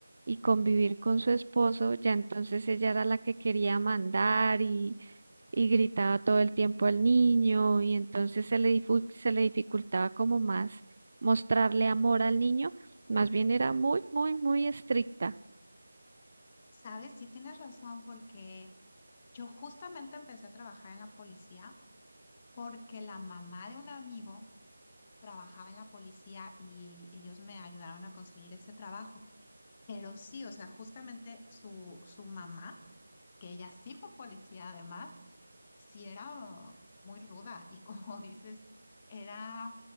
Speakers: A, on the right; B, on the left.
A: y convivir con su esposo, ya entonces ella era la que quería mandar y y gritaba todo el tiempo al niño y entonces se le, difu- se le dificultaba como más mostrarle amor al niño, más bien era muy, muy, muy estricta.
B: Sabes, sí tienes razón, porque yo justamente empecé a trabajar en la policía porque la mamá de un amigo trabajaba en la policía y ellos me ayudaron a conseguir ese trabajo. Pero sí, o sea, justamente su, su mamá, que ella sí fue policía además, sí era uh, muy ruda y como <laughs> dices, era